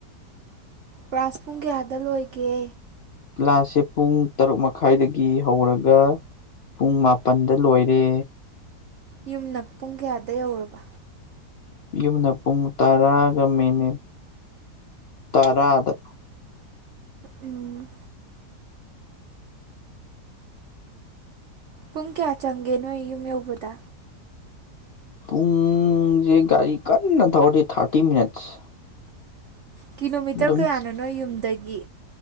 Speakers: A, on the right; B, on the left.
A: ꯀ꯭ꯂꯥꯁ ꯄꯨꯡ ꯀꯌꯥꯗ ꯂꯣꯏꯒꯦ
B: ꯀ꯭ꯂꯥꯁꯁꯦ ꯄꯨꯡ ꯇꯔꯨꯛ ꯃꯈꯥꯏꯗꯒꯤ ꯍꯧꯔꯒ ꯄꯨꯡ ꯃꯥꯄꯟꯗ ꯂꯣꯏꯔꯦ
A: ꯌꯨꯝꯅ ꯄꯨꯡ ꯀꯌꯥꯗ ꯌꯧꯔꯕ
B: ꯌꯨꯝꯅ ꯄꯨꯡ ꯇꯔꯥꯒ ꯃꯤꯅꯤꯠ ꯇꯔꯥꯗ
A: ꯎꯝ ꯄꯨꯡ ꯀꯌꯥ ꯆꯪꯒꯦ ꯅꯣꯏ ꯌꯨꯝ ꯌꯧꯕꯗ
B: ꯄꯨꯡꯖꯦ ꯒꯥꯔꯤ ꯀꯟꯅ ꯊꯧꯔꯗꯤ ꯊꯥꯔꯇꯤ ꯃꯤꯅꯠꯁ
A: ꯀꯤꯂꯣꯃꯤꯇꯔ
B: ꯑꯗꯨꯝ
A: ꯀꯌꯥꯅꯣ ꯅꯣꯏ ꯌꯨꯝꯗꯒꯤ